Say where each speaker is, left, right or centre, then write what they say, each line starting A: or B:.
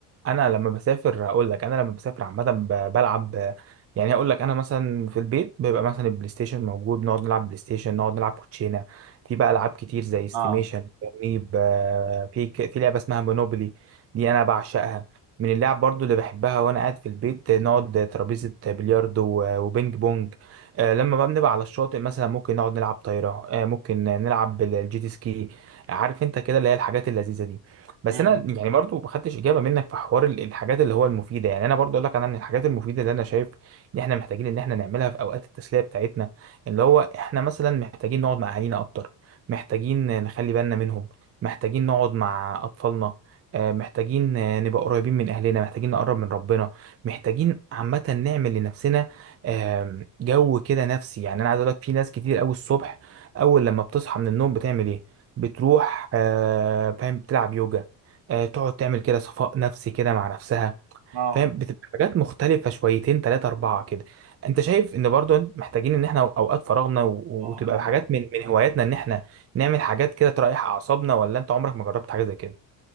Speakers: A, on the right; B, on the right.
A: انا لما بسافر اقول لك انا لما بسافر عامه ب- بلعب يعني اقول لك انا مثلا في البيت بيبقى مثلا البلاي ستيشن موجود نقعد نلعب بلاي ستيشن نقعد نلعب كوتشينه في بقى العاب كتير زي استيميشن
B: اه
A: ترنيب آه، في ك- في لعبه اسمها مونوبولي دي انا بعشقها من اللعب برضو اللي بحبها وانا قاعد في البيت نقعد ترابيزه بلياردو و- وبينج بونج آه، لما بقى بنبقى على الشاطئ مثلا ممكن نقعد نلعب طايره آه، ممكن نلعب الجيت سكي عارف انت كده اللي هي الحاجات اللذيذه دي بس
B: امم
A: انا يعني برضو ما خدتش اجابه منك في حوار ال- الحاجات اللي هو المفيده يعني انا برضو اقول لك انا من الحاجات المفيده اللي انا شايف ان احنا محتاجين ان احنا نعملها في اوقات التسليه بتاعتنا اللي هو احنا مثلا محتاجين نقعد مع اهالينا اكتر محتاجين نخلي بالنا منهم محتاجين نقعد مع اطفالنا آه، محتاجين آه، نبقى قريبين من اهلنا محتاجين نقرب من ربنا محتاجين عامه نعمل لنفسنا آم، جو كده نفسي يعني انا عايز اقول لك في ناس كتير قوي الصبح اول لما بتصحى من النوم بتعمل ايه بتروح آه، فاهم تلعب يوجا آه، تقعد تعمل كده صفاء نفسي كده مع نفسها
B: اه
A: فاهم بتبقى حاجات مختلفة شويتين تلاتة أربعة كده أنت شايف إن برضو محتاجين إن إحنا أوقات فراغنا و-
B: اه
A: وتبقى
B: انا
A: حاجات من من هواياتنا إن إحنا نعمل حاجات كده تريح أعصابنا ولا أنت عمرك ما جربت حاجة زي كده؟